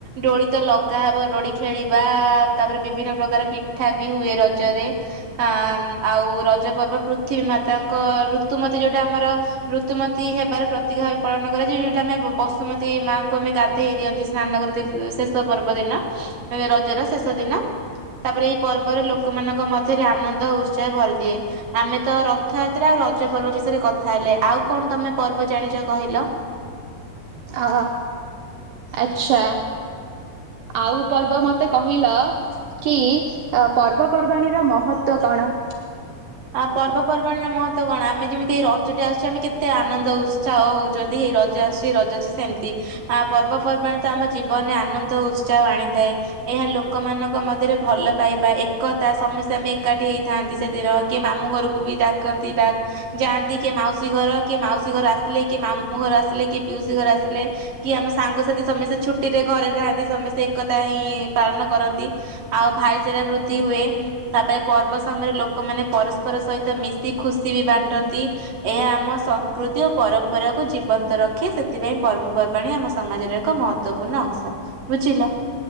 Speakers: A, on the right; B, on the right.
A: ଦୋଳି ତ ଲଗା ହବ ଦୋଳି ଖେଳିବା, ତାପରେ ବିଭିନ୍ନ ପ୍ରକାର ପିଠା ବି ହୁଏ ରଜରେ। ଆ ଆଉ ରଜ ପର୍ବ ପୃଥିବୀ ମାତାଙ୍କ ଋତୁମତି ଯୋଉଟା ଆମର ଋତୁମତୀ ହେବାର ପ୍ରତୀକ ଭାବେ ପାଳନ କରାଯାଏ। ଯୋଉଟା ଆମେ ବସୁମତୀ ମାଙ୍କୁ ଆମେ ଗାଧେଇ ଦିଅନ୍ତି। ସ୍ନାନ କରନ୍ତି ଶେଷ ପର୍ବ ଦିନ ରଜର ଶେଷ ଦିନ। ତାପରେ ଏଇ ପର୍ବରେ ଲୋ ଲୋକମାନଙ୍କ ମଧ୍ୟରେ ଆନନ୍ଦ ଓ ଉତ୍ସାହ ଭରିଦିଏ। ଆମେ ତ ରଥଯାତ୍ରା ଆଉ ରଜ ପର୍ବ ବିଷୟରେ କଥା ହେଲେ। ଆଉ କଣ ତମେ ପର୍ବ ଜାଣିଚ କହିଲ?
B: ଆ ଆଛା। ଆଉ ପର୍ବ ମତେ କହିଲ କି ପର୍ବପର୍ବାଣୀର ମହତ୍ୱ କଣ?
A: ଆ ପର୍ବପର୍ବାଣିର ମହତ୍ୱ କଣ, ଆମେ ଯେମିତି ରଜଟେ ଆସୁଚି ଆମେ କେତେ ଆନନ୍ଦ ଉତ୍ସାହ ହଉ ଚନ୍ତି ରଜ ଆସୁଚି ରଜ ଆସୁଚି ସେମତି। ଆ ପର୍ବପର୍ବାଣି ତ ଆମ ଜୀବନରେ ଆନନ୍ଦ ଉତ୍ସାହ ଆଣିଥାଏ। ଏହା ଲୋକମାନଙ୍କ ମଧ୍ୟରେ ଭଲ ପାଇବା ଏକତା ସମସ୍ତେ ଆମେ ଏକାଠି ହେଇଥାନ୍ତି ସେଦିନ। କିଏ ମାମୁ ଘରକୁ ବି ଡାକନ୍ତି ଡାକ୍ ଯାଆନ୍ତି କି ମାଉସୀ ଘର, କିଏ ମାଉସୀ ଘର ଆସିଲେ, କି ମାମୁଁ ଘର ଆସିଲେ, କି ପିଉସୀ ଘର ଆସିଲେ କି ଆମ ସାଙ୍ଗସାଥି ସମସ୍ତେ ଛୁଟି ରେ ଘରେ ଥାନ୍ତି ସମସ୍ତେ ଏକତା ହିଁ ପାଳନ କରନ୍ତି। ଆଉ ଭାଇଚାରା ବୃଦ୍ଧି ହୁଏ। ତାପରେ ପର୍ବ ସମୟରେ ଲୋକମାନେ ପରସ୍ପର ସହିତ ମିଶି ଖୁସି ବି ବାଣ୍ଟନ୍ତି। ଏହା ଆମ ସଂସ୍କୃତି ଓ ପରମ୍ପରାକୁୁ ଜୀବନ୍ତ ରଖେ। ସେଥିପାଇଁ ପର୍ବପର୍ବାଣୀ ଆମ ସମାଜର ଏକ ମହତ୍ ତ୍ୱପୂର୍ଣ୍ଣ ଅଂଶ। ବୁଝିଲ?